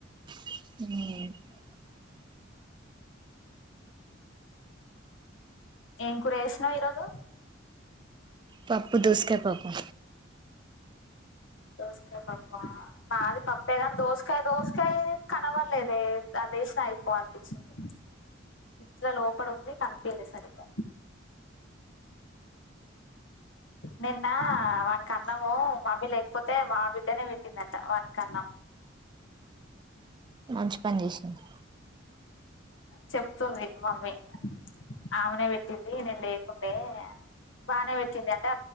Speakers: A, on the right; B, on the left.
A: ఉమ్
B: ఏం కూర చేసినవ్ ఈరోజు
A: పప్పు దోసుకా పప్పు
B: దోసకాయ పప్పా మాది పప్పే కాని దోసకాయ దోసకాయ కనవడలేదే వేష్ణ అయిపో అనిపించింది అస్సలు లవపడుద్ది కనిపియల సరిగ్గా నిన్న వానకి అన్నము మమ్మీ లేకపోతే మా బిడ్డనే పెట్టిందంట వానికి అన్నం
A: మంచి పని చేసింది
B: చెప్తుంది మమ్మీ ఆమెనే పెట్టింది నేను లేకుండే అ బానే పెట్టింది అంటే